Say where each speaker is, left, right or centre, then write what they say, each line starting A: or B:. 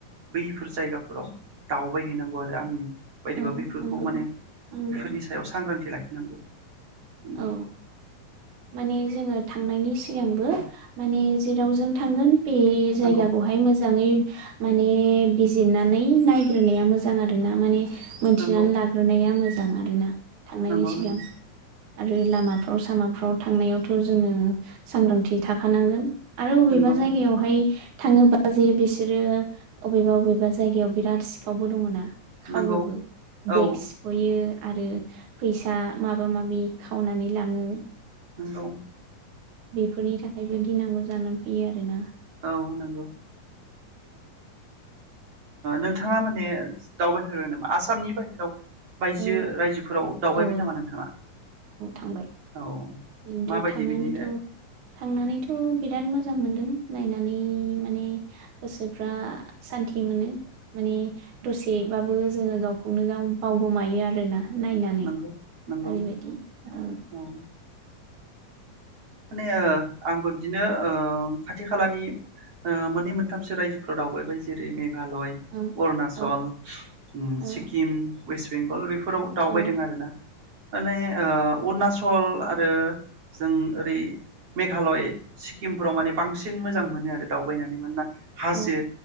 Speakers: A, on the right; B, on the right.
A: बैफोर जायगाफोराव दावबायहैनांगौ आरो आंनि बायदिबा
B: औ
A: बैफोरखौ
B: नंगौ
A: माने
B: नंगौ
A: बेफोरनि सायाव सांग्रांथि लाख नोंगौ। उम।
B: औ माने जोङो थांनायनि सिगांबो माने जेराव जों थांगोन। बे जायगाखौहाय
A: नंगौ
B: मोजाङै माने बिजिरनानै नायग्रोनाया मोजां आरो ना माने। मोनथिनानै
A: नंगौ
B: लाग्रोनाया मोज जां आरोना। थांनायनि
A: नंगौ नंगौ
B: सिगां आरो <inaudible> लामाफ्राव सामाफ्राव थांनायावथ' जोङो सांग्रांथि थाखानांगोन। आरो अबेबा
A: नंगौ
B: जायगायावहाय थाङोबा जे बिसोरो अबेबा बबेबा जायगायाव बिराद सिखावबो दङ ना? खावोबो
A: नंगौ
B: बेग
A: औ
B: सिख'यो आरो फैसा माबा माबि खावनानै लाङो।
A: नगौ
B: बेफोरनि थाखायबो गिनांगौ जानानै फैयो आरोना।
A: औ नंगौ नोंथाङा माने दावबायफेरबाय नामा आसामनि बाहहेराव? बायजो
B: ओ
A: रायजोफोराव दावबायबाय
B: औ
A: नामा नोंथाङा?
B: थांबाय
A: औ
B: बेनोथ'
A: माबायदि
B: थांनानैथ'
A: बिनि
B: थांनानैथ' बिराद मोजां मोनदों नायनानै माने गोसोफ्रा सान्थि मोनो माने दसेबाबो जोङो गावखौनो गाव बावगोमायो आरोना नायनानै
A: नंगौ नंगौ
B: ओरैबायदि ओ
A: औ माने ओ आंबो बिदिनो ओ खाथि खालानि मोननै मोनथामसो रायजोफोराव दावबाय जेरै मे मेघालय
B: औ
A: अरुनााचल
B: औ
A: उम
B: औ
A: सिक्किम वेस्ट बेंगल <unintelligible> फोराव दावबायदों
B: औ
A: आरोना माने ओ अरुणाचल आरो जों ओरै मेघालय सिक्किमफोराव माने बांसिन मोजां मोनो आरो दावबायनानै मोन्ना हाजो
B: औ